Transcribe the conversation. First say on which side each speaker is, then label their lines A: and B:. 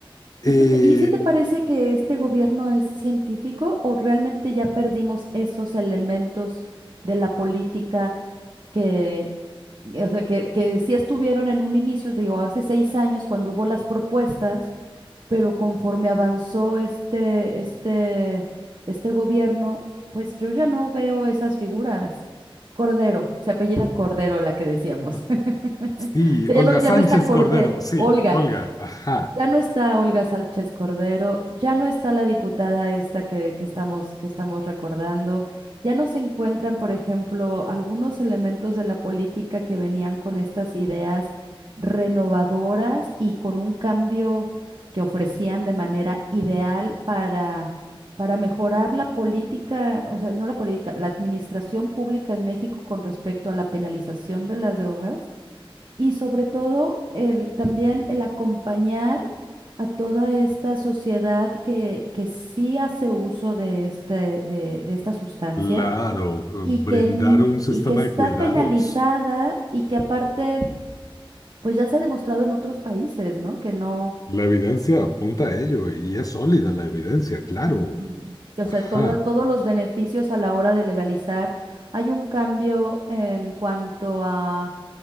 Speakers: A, on the left; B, on the right.
A: Eh,
B: ¿Y tú te- y si te parece que este gobierno es científico o realmente ya perdimos esos elementos de la política? que, o sea, que, que sí estuvieron en un inicio, digo, hace seis años cuando hubo las propuestas, pero conforme avanzó este, este, este gobierno, pues yo ya no veo esas figuras. Cordero, se apellida Cordero la que decíamos. <laughs>
A: Sí,
B: O sea,
A: Olga
B: ya no, ya
A: Sánchez
B: no está Cordero,
A: Cordero, sí,
B: Olga,
A: Olga, ajá,
B: ya no está Olga Sánchez Cordero, ya no está la diputada esta que, que estamos, que estamos recordando, ya no se encuentran, por ejemplo, algunos elementos de la política que venían con estas ideas renovadoras y con un cambio que ofrecían de manera ideal para, para mejorar la política, o sea, no la política, la administración pública en México con respecto a la penalización de las drogas y sobre todo el, también el acompañar a toda esta sociedad que, que sí hace uso de, este, de, de esta sustancia
A: claro,
B: y
A: brindar
B: que, n-
A: un sistema
B: y que está
A: de cuidados.
B: penalizada y que aparte, pues ya se ha demostrado en otros países, ¿no? Que no,
A: La evidencia apunta a ello y es sólida la evidencia, claro,
B: Ujú. o sea,
A: ajá.
B: todo- todos los beneficios a la hora de legalizar. Hay un cambio en cuanto a